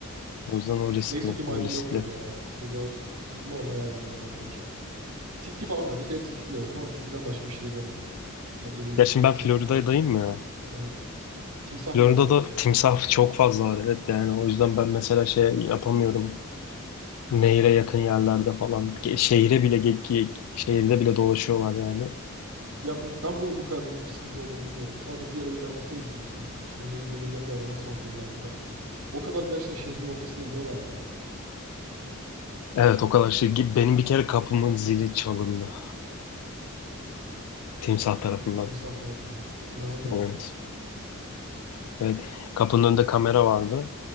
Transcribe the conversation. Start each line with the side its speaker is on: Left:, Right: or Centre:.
Left: O yüzden o riskli,
Right: Neyse ki maymun
Left: o riskli.
Right: yok burada ya. Burada normal hayvanlar var daha çok. Tilki falan var. Bir kere tilki gördük ama tilkiden başka bir şey de görmedik. Yani evin yakındaki
Left: Ya şimdi ben Florida'dayım
Right: o- ormanda.
Left: ya.
Right: Evet. Timsah
Left: Florida'da
Right: mı gördün yoksa?
Left: timsah çok fazla var evet yani o yüzden ben mesela şey yapamıyorum. Nehire yakın yerlerde falan, ge- şehire bile ge- ge- şehirde bile dolaşıyorlar yani.
Right: Ya bu, ben bunun bu kadar büyük bir sıkıntı olduğunu bilmiyordum. Sadece bir yere bir belgesel izlemiştim. İşte nehirde yürüyen bir adama saldırıyorlardı da. O kadar gerçekten şehrin ortasına iniyorlar mı ya?
Left: Evet o kadar şey. Benim bir kere kapımın zili çalındı. Timsah tarafından.
Right: Timsah tarafından. İnanamıyorum
Left: Evet.
Right: ya.
Left: Evet. Kapının önünde kamera vardı.